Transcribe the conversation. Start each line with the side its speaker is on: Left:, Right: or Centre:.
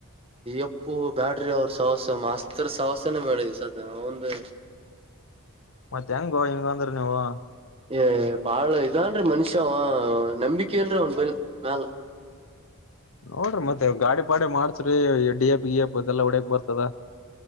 Right: ಎಪ್ಪು ಬ್ಯಾಟ್ರಿ ಅವರು ಸವಸ ಮಾಸ್ತರ್ ಸವಸ್ಯನೆ ಬೇಡ ಈ ಸದ ಒಂದು
Left: ಮತ್ತೆ ಹೆಂಗೋ ಹಿಂಗ ಅಂದ್ರ ನೀವು
Right: ಏ ಬಾಳ ಇದನ್ೀ ಮನುಷ್ಯ ಅವ ನಂಬಿಕೆರಿೀ ಅವನ್ ಬಯಲ್ ನಾಲ ಹೌ
Left: ನೋಡ್ರಿ ಮತ್ತೆ ಗಾಡಿ ಪಾಡಿ ಮಾಡ್ಸ್ರಿ ಡಿ ಎಪ್ ಗಿ ಎಪ್ ಅದೆಲ್ಲ ಹೊಡ್ಯಕ್ ಬರ್ತದ